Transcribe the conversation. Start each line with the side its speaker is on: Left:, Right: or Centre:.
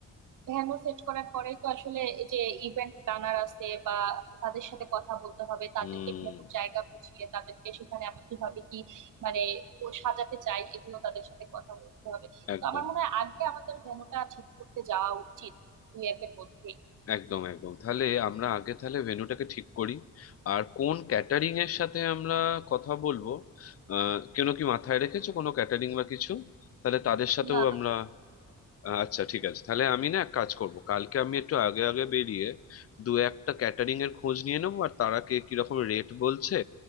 Right: ভ্যানও সেট করার পরেই তো আসলে এই যে ইভেন্ট প্ল্যানার আছে বা তাদের সাথে কথা বলতে হবে তাদেরকে
Left: হুম
Right: ভেন্যুর জায়গা বুঝিয়ে তাদেরকে সেখানে আমি কিভাবে কি মানে ও সাজাতে চাই এগুলো তাদের সাথে কথা বলতে হবে
Left: একদম
Right: তো আমার মনে হয় আগে আমাদের ভেন্যুটা ঠিক করতে যাওয়া উচিত দুই একের মধ্যে
Left: একদম একদম তাহলে আমরা আগে তাহলে ভেন্যুটাকে ঠিক করি আর কোন ক্যাটারিং এর সাথে আমরা কথা বলবো আহ কেন কি মাথায় রেখেছো কোনো ক্যাটারিং বা কিছু তাহলে তাদের সাথেও
Right: না
Left: আমরা আচ্ছা ঠিক আছে তাহলে আমি না এক কাজ করব কালকে আমি একটু আগে আগে বেরিয়ে দু একটা ক্যাটারিং এর খোঁজ নিয়ে নেবো আর তারা কে কিরকম রেট বলছে